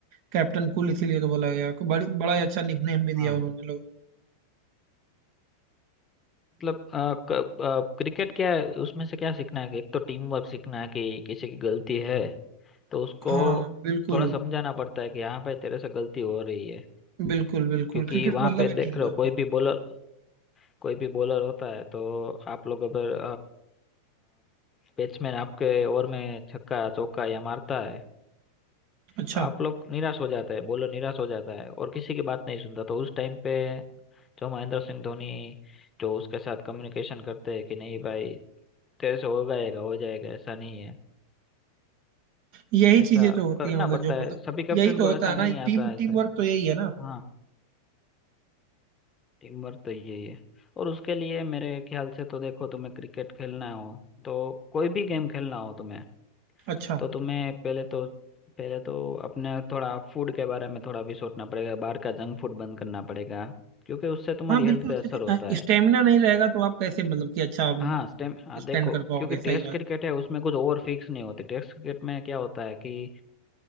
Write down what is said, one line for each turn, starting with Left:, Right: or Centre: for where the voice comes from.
Right: कैप्टन कूल इसीलिए तो बोला गया बड़ी बड़ा ही अच्छा निकनेम भी दिया
Left: हाँ
Right: उन्होंने लोग
Left: मतलब अ, क- अ, क्रिकेट क्या है उसमें से क्या सीखना है कि एक तो टीम वर्क सीखना है कि किसी की गलती है तो उसको
Right: हाँ बिल्कुल
Left: थोड़ा समझाना पड़ता है कि हाँ भाई तेरे से गलती हो रही है
Right: बिल्कुल बिल्कुल
Left: क्योंकि
Right: क्रिकेट
Left: वहां
Right: का मतलब
Left: पे
Right: ही
Left: देख
Right: टीम
Left: रहे
Right: वर्क
Left: हो कोई
Right: है
Left: भी बॉलर कोई भी बॉलर होता है तो आप लोग अगर बैट्समैन आपके ओवर में छक्का चौका या मारता है
Right: अच्छा
Left: तो आप लोग निराश हो जाते हैं बोलो निराश हो जाता है और किसी की बात नहीं सुनता तो उस टाइम पे जो महेंद्र सिंह धोनी जो उसके साथ कम्युनिकेशन करते हैं कि नहीं भाई तेरे से हो जाएगा हो जाएगा ऐसा नहीं है
Right: यही
Left: ऐसा
Right: चीजें तो होती
Left: करना
Right: है मतलब
Left: पड़ता
Right: जो मतलब
Left: है सभी कैप्टन
Right: यही तो
Left: को
Right: होता
Left: ऐसा
Right: है
Left: नहीं
Right: ना टीम
Left: आता है ऐसा
Right: टीम वर्क तो यही है ना
Left: हाँ टीम वर्क तो यही है और उसके लिए मेरे ख्याल से तो देखो तुम्हें क्रिकेट खेलना हो तो कोई भी गेम खेलना हो तुम्हें
Right: अच्छा
Left: तो तुम्हें पहले तो पहले तो अपने थोड़ा फूड के बारे में थोड़ा भी सोचना पड़ेगा बाहर का जंक फूड बंद करना पड़ेगा क्योंकि उससे तुम्हारी
Right: हाँ बिल्कुल
Left: हेल्थ पे असर
Right: क्योंकि
Left: होता है
Right: स्टेमिना नहीं रहेगा तो आप कैसे मतलब कि अच्छा
Left: हाँ स्टेम हाँ,
Right: स्टैंड
Left: देखो
Right: कर पाओगे
Left: क्योंकि टेस्ट
Right: सही बात
Left: क्रिकेट है उसमें कुछ ओवर फिक्स नहीं होती टेस्ट क्रिकेट में क्या होता है कि